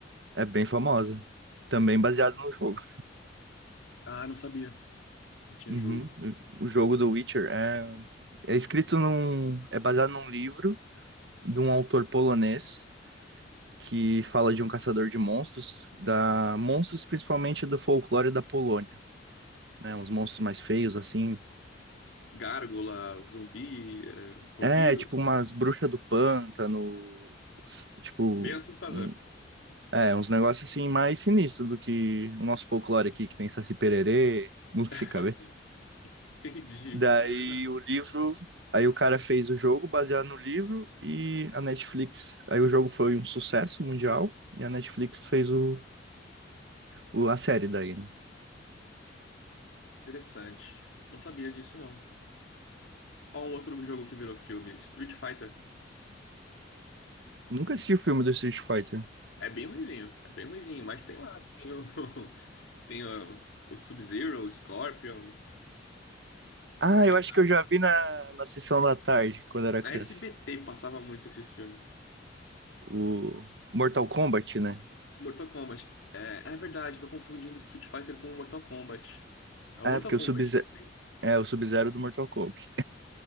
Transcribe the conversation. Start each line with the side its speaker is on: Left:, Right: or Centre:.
Right: É bem famosa. Também baseado no jogo.
Left: Ah, não sabia que tinha
Right: Uhum.
Left: jogo.
Right: O o jogo do Witcher é, é escrito num. É baseado num livro de um autor polonês que fala de um caçador de monstros, da monstros principalmente do folclore da Polônia, né? Uns monstros mais feios, assim.
Left: Gárgula, zumbi, é, vampiro.
Right: É, tipo umas bruxas do pântano, s- tipo,
Left: Bem assustador.
Right: um- É, uns negócios assim mais sinistros do que o nosso folclore aqui, que tem Saci Pererê, <laughs> Mula
Left: <laughs>
Right: Sem Cabeça.
Left: Entendi.
Right: Daí
Left: De Verdade.
Right: o livro, aí o cara fez o jogo baseado no livro e a Netflix, aí o jogo foi um sucesso mundial e a Netflix fez o, o- a série daí, né?
Left: Interessante. Não sabia disso, não. Ó, um outro jogo que virou filme, Street Fighter.
Right: Nunca assisti o filme do Street Fighter.
Left: É bem ruinzinho, é bem ruinzinho, mas tem lá, tem o, <laughs> tem o, o Sub-Zero, o Scorpion.
Right: Ah,
Left: Bem,
Right: eu acho que eu já vi na, na sessão
Left: na S-
Right: da tarde, quando era
Left: na
Right: criança.
Left: SBT passava muito esses filmes.
Right: O Mortal Kombat, né?
Left: Mortal Kombat. É, é verdade, tô confundindo Street Fighter com Mortal Kombat. É o
Right: É,
Left: Mortal
Right: porque
Left: Kombat,
Right: o Sub-Zero,
Left: eu sei.
Right: é, o Sub-Zero do Mortal Kombat.